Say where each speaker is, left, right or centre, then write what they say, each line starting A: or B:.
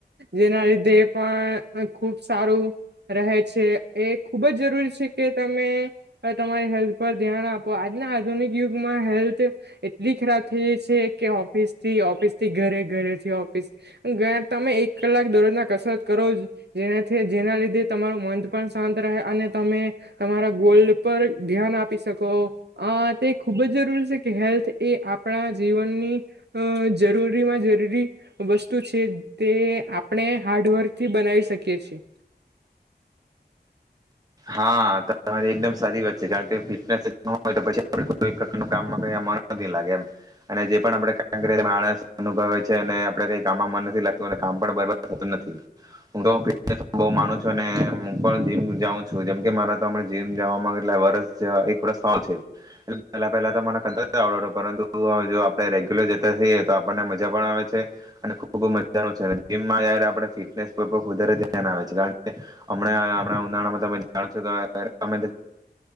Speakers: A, on the right; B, on the right.
A: જેના લીધે પણ ખ ખુબ સારું રહે છે, એ ખુબ જ જરૂરી છે કે તમે તમારી હેલ્થ પર ધ્યાન આપો. આજના આધુનિક યુગમાં હેલ્થ એટલી ખરાબ જે છે કે ઓફિસ થી ઓફિસ થી ઘરે ઘરેથી ઓફિસ ઘરે તમે એક કલાક દરરોજ ના કસરત કરો જેનાથી જેના લીધે તમારું મન પણ શાંત રહે અને તમે તમારા ગોલ્ પર ધ્યાન આપી શકો આ તે ખુબ જ જરૂરી છે કે હેલ્થ એ આપ આપણા જીવનની અ જરૂરીમાં જરૂરી વસ્તુ છે તે આપણે હાર્ડવર્ક થી બનાવી શકીએ છીએ.
B: હા તમારી એકદમ સાચી વાત છે કારણ કે ફિટનેસ જ ન હોય તો પછી કોઈ કામમાં મન નથી લાગે એમ અને જે પણ આપણે <inaudible> અનુભવે છે અને કઈ કામમાં મન નથી લાગતું કામ પણબર થતું નથી હું તો <inaudible> બઉ માનું છું અને હું પણ જીમ જાઉં છું જેમ કે મારા તમે જિમ જવા માં એટલે વરસ સે એક વરસ થવાન છે પહેલા પહેલા તો મને <unintelligible> આવડડો પરંતુ જો આપણે રેગ્યુલર જતાઈએ તો આપણને મજા પણ આવે છે અને ખૂબ મજાનું છે જીમમાંય આપ ફિટનેસ પર વધારે ધ્યાન આવે છે કારણ અમણાણા ઉનાળામાં તમે રમમ